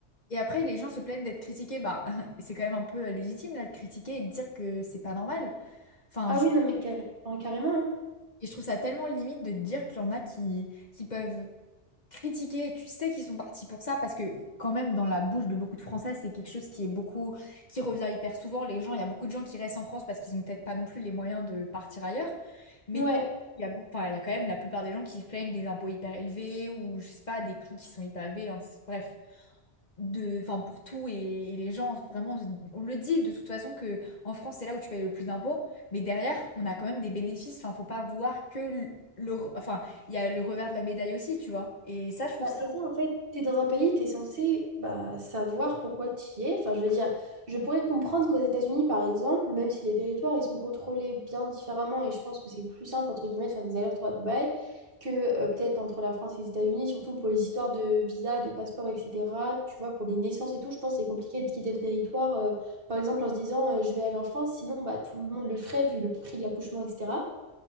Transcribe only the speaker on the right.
Ah
oui, non, mais carré- enfin, carrément. hein.
Ouais.
Bah,
c'est ça, en fait, tu es dans un pays, tu es censé bah, savoir pourquoi tu y es. Enfin, je veux dire, je pourrais comprendre qu'aux États-Unis, par exemple, même si les territoires, ils sont contrôlés bien différemment, et je pense que c'est plus simple, entre guillemets, de faire des allers-retours à Dubaï, que euh, peut-être entre la France et les États-Unis, surtout pour les histoires de visa, de passeport, etc. Tu vois, pour des naissances et tout, je pense que c'est compliqué de quitter le territoire, euh, par exemple, en se disant, euh, je vais aller en France, sinon, bah, tout le monde le ferait, vu le prix de l'accouchement, etc.